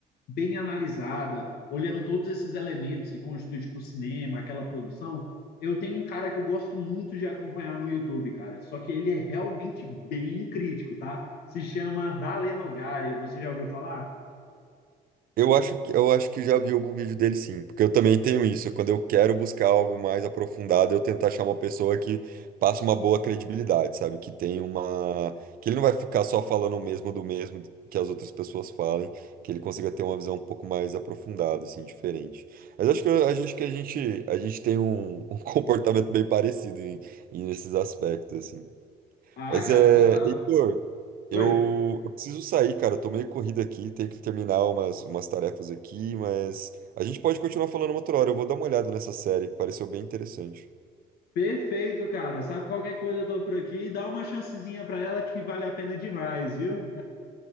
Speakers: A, on the left (about 70°); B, on the right (about 60°).
A: bem analisada, olhando todos esses elementos que constituem tipo, o cinema, aquela produção, eu tenho um cara que eu gosto muito de acompanhar no YouTube, cara. Só que ele é realmente bem crítico, tá? Se chama Dale Nogari. Você já ouviu falar?
B: Eu acho que eu acho que já vi algum vídeo dele sim, porque eu também tenho isso. Quando eu quero buscar algo mais aprofundado, eu tento achar uma pessoa que passe uma boa credibilidade, sabe? Que tem uma, que ele não vai ficar só falando o mesmo do mesmo que as outras pessoas falem, que ele consiga ter uma visão um pouco mais aprofundada, assim, diferente. Mas acho que eu- acho que a gente a gente tem um, um <laughs> comportamento bem parecido em, em nesses aspectos, assim.
A: Ah,
B: Mas
A: cara,
B: é,
A: total.
B: Heitor, eu,
A: Oi.
B: eu preciso sair, cara. Eu tô meio corrido aqui, tenho que terminar umas, umas tarefas aqui, mas a gente pode continuar falando uma outra hora. Eu vou dar uma olhada nessa série, pareceu bem interessante.
A: Perfeito, cara. Sabe qualquer coisa, eu tô por aqui. Dá uma chancezinha pra ela que vale a pena demais, viu?